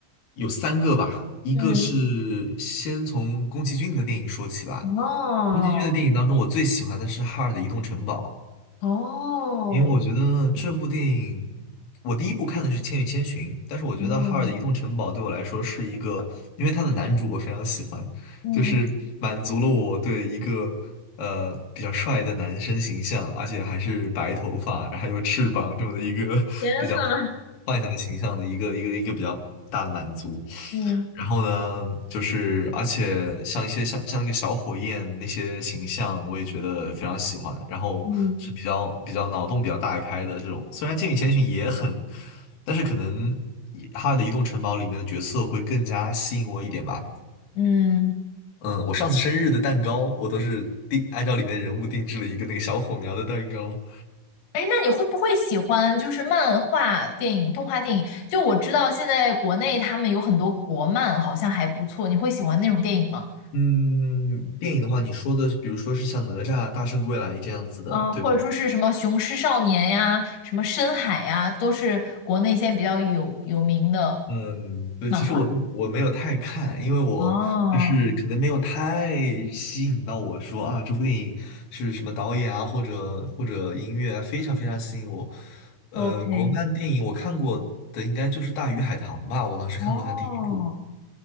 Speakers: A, on the left; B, on the left.
A: 有三个吧，一个是先从宫崎骏的电影说起吧。
B: <laughs> 嗯，哦，
A: 宫崎骏的电影当中，我最喜欢的是《哈尔的移动城堡》。
B: 哦，
A: 因为我觉得这部电影，我第一部看的是《千与千寻》，但是我觉得《哈尔的移动城堡》对我来说是一个，
B: 嗯
A: 因为他的男主我非常喜欢，
B: 嗯
A: 就是满足了我对一个呃比较帅的男生形象，而且还是白头发，然后还有翅膀这么的一个
B: 天呐，
A: <laughs> 比较幻想的形象的一个一个一个比较大的满足。
B: 嗯
A: 然后呢，就是而且像一些像像那个小火焰那些形象，我也觉得非常喜欢。然后是比较比较脑洞比较大开的这种，
B: 嗯
A: 虽然《千与千寻》也很，但是可能也哈尔的移动城堡》里面的角色会更加吸引我一点吧。
B: 嗯，
A: 嗯，我上次生日的蛋糕，我都是定按照里面人物定制了一个那个小火苗的蛋糕。
B: 哎，那你会不会喜欢就是漫画电影、动画电影？就我知道现在国内他们有很多国漫，好像还不错。你会喜欢那种电影吗？
A: 嗯，电影的话，你说的是比如说是像哪吒、大圣归来这样子的，
B: 嗯、
A: 对吗？
B: 或者说是什么《雄狮少年》呀，什么《深海》呀，都是国内现在比较有有名的
A: 嗯，对，
B: 漫画。
A: 其实我都我没有太看，因为我就是可能没有太吸引到我说啊，
B: 哦
A: 这部电影是什么导演啊，或者或者音乐啊，非常非常吸引我。呃，
B: ，OK，
A: 国漫电影我看过的应该就是《大鱼海棠》吧，我当时看过它第一部。
B: 哦，